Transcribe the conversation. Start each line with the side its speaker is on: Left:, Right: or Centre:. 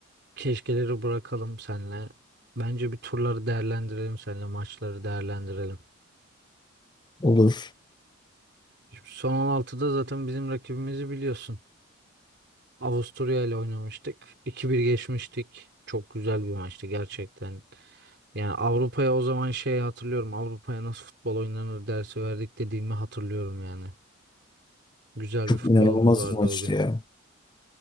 Right: keşkeleri bırakalım senle. Bence bir turları değerlendirelim senle maçları değerlendirelim.
Left: Olur.
Right: Şimdi son on altıda zaten bizim rakibimizi biliyorsun. Avusturya ile oynamıştık. 2 bir geçmiştik. Çok güzel bir maçtı gerçekten. Yani Avrupa'ya o zaman şey hatırlıyorum. Avrupa'ya nasıl futbol oynanır dersi verdik dediğimi hatırlıyorum yani. Güzel
Left: Çok
Right: bir futbolumuz
Left: inanılmaz
Right: vardı
Left: bir maçtı
Right: o gün.
Left: ya.